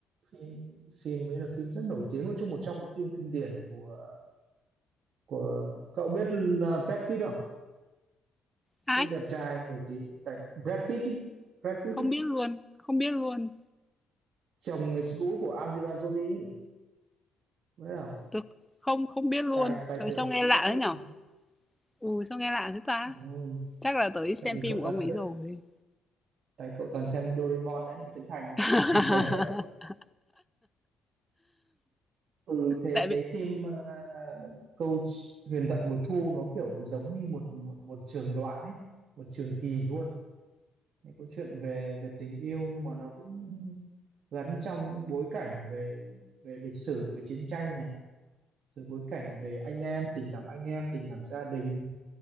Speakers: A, on the right (about 65°); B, in the centre.
A: phim phim ấy là phim rất nổi tiếng nói chung một trong những phim kinh điển của của cậu biết là Brad Pitt không
B: Ai?
A: rất đẹp trai nổi tiếng tại Brad Pitt ý. Brad Pitt
B: Không
A: ý.
B: biết luôn. Không biết luôn.
A: chồng người cũ của Angelina Jolie ấy. biết không?
B: Tôi không không biết luôn.
A: tài tài
B: Trời
A: tử
B: sao nghe
A: Brad
B: lạ thế
A: Pitt
B: nhở? Ừ sao nghe lạ thế ta?
A: Ôi,
B: Chắc là tới xem
A: tại vì
B: phim
A: cậu
B: của
A: toàn
B: ông ấy
A: xem
B: rồi.
A: tại cậu toàn xem Doraemon đấy với Trấn Thành đấy.
B: <laughs>
A: cậu <laughs> thấy không ừ thì
B: Tại
A: cái
B: vì
A: phim à, câu Huyền Thoại Mùa Thu nó kiểu giống như một một một trường đoạn ấy một trường kỳ luôn những câu chuyện về về tình yêu nhưng mà nó cũng gắn trong những bối cảnh về về lịch sử về chiến tranh này rồi bối cảnh về anh em tình cảm anh em tình cảm gia đình